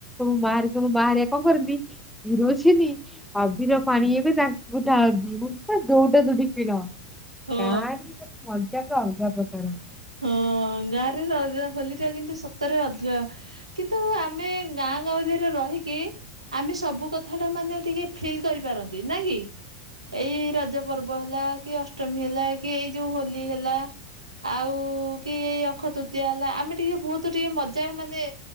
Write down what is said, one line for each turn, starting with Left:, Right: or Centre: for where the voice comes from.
Centre: ମୋ ମା ହେରିକା ବାହାରିବାକୁ କଣ କରନ୍ତି କିରୋସିନ ଅବିର ପାଣି ଏବେ କା ମୁଁ ଦାଉଁ ମୁଁ ପା ଦଉଡା ଦୌଡ଼ି ଖେଳ।
Right: ହଁ
Centre: ଗାଁ ରେ ମାନେ ମଜା ପୁରା ଅଲଗା ପ୍ରକାର।
Right: ହଁ ଗାଁରେ ର ହୋଲି ଖେଳ କିନ୍ତୁ ସତରେ ଅଧିକ। କିନ୍ତୁ ଆମେ ଗାଁ ଗାଁଉଲି ରେ ରହିକି। ଆମେ ସବୁ କଥା ଟା ମାନେ ଟିକେ ଫିଲ୍ କରିପାରନ୍ତି ନା କି। ଏଇ ରଜ ପର୍ବ ହେଲା କି ଅଷ୍ଟମୀ ହେଲା କି ଏଇ ଯୋଉ ହୋଲି ହେଲା। ଆଉ। ହଉ କି ଅକ୍ଷତୃତୀୟା ହେଲା ଆମେ ଟିକେ ବହୁତ ଟିକେ ମଜା ମାନେ